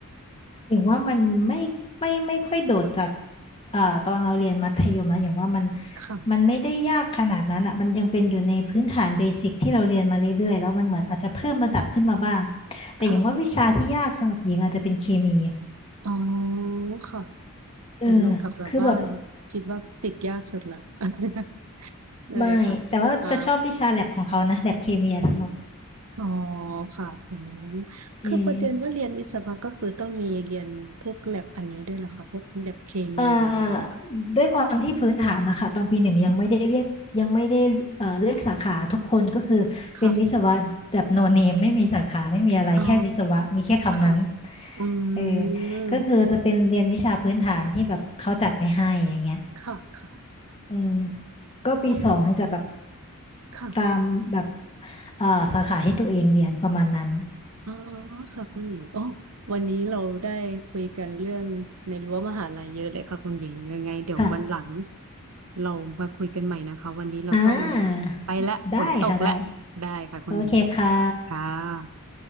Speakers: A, on the left; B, on the right.
A: อย่างว่ามันไม่ไม่ไม่ค่อยโดดจากอ่าตอนเราเรียนมัธยมนะอย่างว่ามัน
B: ค่ะ
A: มันไม่ได้ยากขนาดนั้นอ่ะมันยังเป็นอยู่ในพื้นฐานเบสิกที่เราเรียนมาเรื่อยๆ แล้วมันเหมือนอาจจะเพิ่มระดับขึ้นมาบ้างแต่อย่างว่าวิชาที่ยากสำหรับหญิงอาจจะเป็นเคมี
B: ค่ะ อ๋อ ค่ะ
A: เออ
B: แต่เรากลับแบบว่า
A: คือแบบ
B: คิดว่าฟิสิกส์ยากสุดละ <laughs> ไดค่ะอ่า
A: ไม่แต่ว่าจะชอบวิชาแลบของเขานะแลบเคมีอะสนุก
B: อ๋อค่ะอืมคือประเด็นว่าเรียนวิศวะก็คือต้องมีเรียนพวกแลบอันนี้ด้วยเหรอคะพวกแลบเคมีหรืออะไรอย่างเงี้ยค่ะ
A: อืม เอ่อด้วยความที่พื้นฐานนะคะตอนปีหนึ่งยังไม่ได้เรียกยังไม่ได้เอ่อเลือกสาขาทุกคนก็คือเป็นวิศวะแบบโนเนมไม่มีสาขาไม่มีอะไรแค่วิศวะมีแค่คำนั้น
B: ค่ะอ๋อค่ะอืม
A: เออก็คือจะเป็นเรียนวิชาพื้นฐานที่แบบเขาจัดไว้ให้อย่างเงี้ย
B: ค่ะค่ะ
A: อืมก็ปีสองถึงจะแบบ
B: อุ้ยค่ะ
A: ตามแบบเอ่อสาขาที่ตัวเองเรียนประมาณนั้น
B: อ๋อค่ะคุณหญิงอ๋อวันนี้เราได้คุยกันเรื่องในรั้วมหาลัยเยอะเลยค่ะคุณหญิงยังไงเดี๋ยววันหลัง
A: ค่ะ
B: เรามาคุยกันใหม่นะคะ วันนี้เราต้อง
A: อ่า
B: ไปละฝนตกละได้ค่ะคุณหญิง
A: ได้ค่ะได้โอเคค่ะ
B: ค่ะ